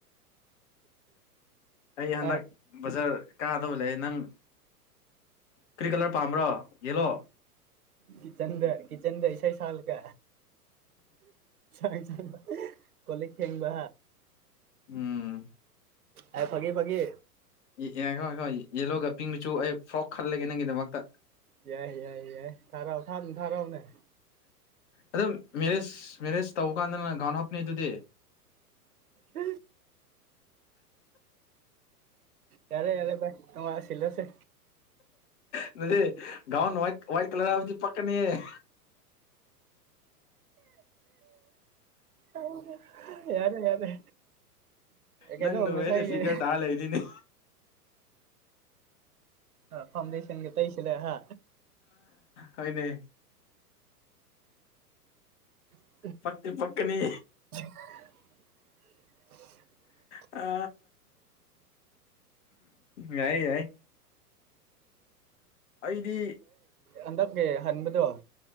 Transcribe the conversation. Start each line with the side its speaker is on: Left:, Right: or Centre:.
Left: ꯑꯩ ꯍꯟꯗꯛ
Right: ꯑꯦ
Left: ꯕꯖꯥꯔ ꯀꯥꯗꯕ ꯂꯩꯦ ꯅꯪ ꯀ꯭ꯔꯤ ꯀꯂꯔ ꯄꯥꯝꯕ꯭ꯔꯣ ꯌꯦꯂꯣ
Right: ꯀꯆꯟꯗ ꯀꯆꯟꯗꯩꯁ ꯁꯜ ꯀ ꯆꯥꯡ ꯆꯪꯕ ꯀꯣꯂꯤꯛ ꯊꯦꯡꯕ
Left: ꯎꯝ
Right: ꯑꯦ ꯐꯒꯦ ꯐꯒꯦ
Left: ꯑꯦ ꯑꯦ ꯍꯣꯏ ꯍꯣꯏ ꯌꯦꯜꯂꯣꯒ ꯄꯤꯡ ꯃꯆꯨ ꯑꯩ ꯐ꯭ꯔꯣꯛ ꯈꯜꯂꯒꯦ ꯅꯪꯒꯤꯗꯃꯛꯇ
Right: ꯌꯥꯏ ꯌꯥꯏ ꯌꯥꯏ ꯊꯥꯔꯛꯑꯣ ꯊꯥ ꯊꯥꯔꯛꯎꯅꯦ
Left: ꯑꯗꯨꯝ ꯃꯦꯔꯦꯖ ꯃꯦꯔꯦꯖ ꯇꯧꯕ ꯀꯥꯟꯗꯅ ꯒꯥꯎꯟ ꯍꯥꯞꯅꯤꯩ ꯑꯗꯨꯗꯤ
Right: ꯎꯝ ꯌꯥꯔꯦ ꯌꯥꯔꯦ ꯥꯏ ꯑ ꯋꯥ ꯁꯤꯂꯁꯦ
Left: ꯗꯤ ꯒꯥꯎꯟ ꯋꯥꯏꯠ ꯋꯥꯏꯠ ꯀꯂꯔ ꯍꯥꯏꯕꯗꯤ ꯄꯛꯀꯅꯤꯌꯦ
Right: ꯎ ꯌꯥꯔꯦ ꯌꯥꯔꯦ ꯀꯩꯅꯣ
Left: ꯅꯪ ꯅꯦꯅꯦ
Right: ꯉꯁꯥꯏꯒꯤ
Left: ꯁꯤꯤꯒꯔ ꯍꯥꯥꯜ ꯂꯩꯗꯅꯤ
Right: ꯑ ꯐꯥꯎꯟꯗꯦꯁꯟꯒꯤ ꯇꯁꯤꯅ ꯍꯥ
Left: ꯍꯣꯏꯅꯦ
Right: ꯎꯝ
Left: ꯄꯛ ꯄꯀꯅꯤ
Right: <unintelligible>
Left: ꯑ ꯌꯥꯏ ꯌꯥꯏ ꯑꯩꯗꯤ
Right: ꯍꯟꯗꯛꯀꯦ ꯍꯟꯕꯗꫭ